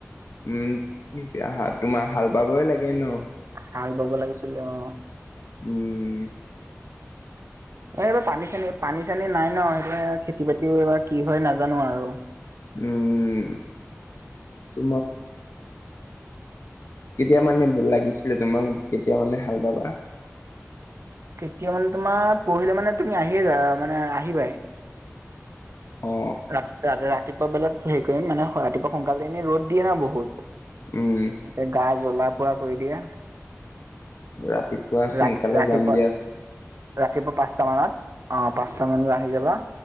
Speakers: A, on the left; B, on the right.
A: উম কি তোমাৰ হাল বাবই লাগে ন
B: হাল বাব লাগিছিলে অ',
A: উম, উম,
B: এই এইবাৰ পানী চানী পানী চানী নাই ন সেইব খেতি বাতি এইবাৰ কি হয় নাজানো আৰু
A: উম, তু কেতিয়া মানে লাগিছিলে তোমাক কেতিয়া মানে হাল বাবা
B: কেতিয়া মানে তোমাৰ পৰহিলে মানে তুমি আহিয়ে যা মানে আহিবাহ
A: অ
B: ৰা ৰাতিপুৱা বেলাত হেৰি কৰিম মানে ৰাতিপুৱা সোনকালে এনে ৰ'দ দিয়ে না বহুত
A: উম,
B: এ গা জ্বলা পুৰা কৰি দিয়ে
A: ৰাতিপুৱা সোনকালে
B: ৰাতি ৰাতিপুৱা
A: যাম দিয়া
B: ৰাতিপুৱা পাঁচটা মানত অ পাঁচটা মান আহি যাবা